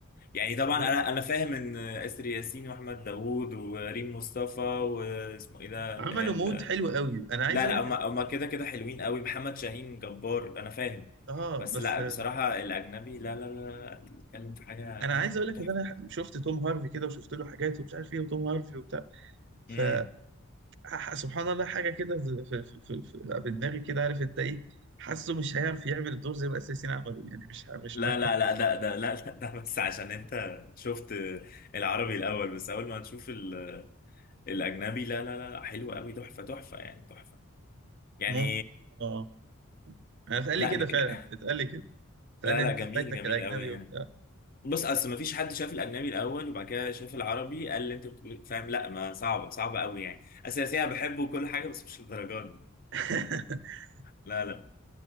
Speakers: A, on the left; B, on the right.
A: يعني طبعا
B: بجد
A: انا انا فاهم ان اسر ياسين واحمد داوود وريم مصطفى واسمه ايه ده
B: عملوا
A: اللي هي ال-
B: مود حلو قوي انا عايز
A: لا
B: اقول
A: لا
B: لك
A: هما
B: انا
A: هما كده كده حلوين قوي محمد شاهين جبار انا فاهم
B: اه
A: بس
B: بس
A: لا
B: آه،
A: بصراحة الاجنبي لا لا لا انت بتتكلم في حاجة
B: انا
A: لا
B: عايز
A: لا
B: اقول
A: لا
B: لك
A: تحفة
B: ان انا شفت توم هارفي كده وشفت له حاجات ومش عارف ايه وتوم هارفي وبتاع ف
A: امم
B: ح- سبحان الله حاجه كده في في في في في في دماغي كده عارف انت ايه حاسه مش هيعرف يعمل الدور زي ما الاساسيين عملوا يعني مش ه- مش
A: لا
B: مرتاح
A: لا لا ده ده لا لا ده بس عشان انت شفت العربي الاول بس اول ما تشوف ال- الاجنبي لا لا لا حلو قوي تحفة تحفة يعني تحفة يعني
B: ممكن اه انا اتقال
A: لا
B: لي كده
A: ج-
B: فعلا
A: ج-
B: اتقال لي كده اتقال
A: لا
B: لي
A: لا
B: انت
A: جميل
B: فايتك
A: جميل
B: الاجنبي
A: قوي يعني
B: وبتاع
A: بص اصل ما فيش حد شاف الاجنبي الاول وبعد كده شاف العربي قال اللي انت بتقول إيه؟ فاهم لا ما صعبه صعبه قوي يعني اساسيا بحبه وكل حاجه بس مش للدرجه دي
B: <laughs>
A: لا لا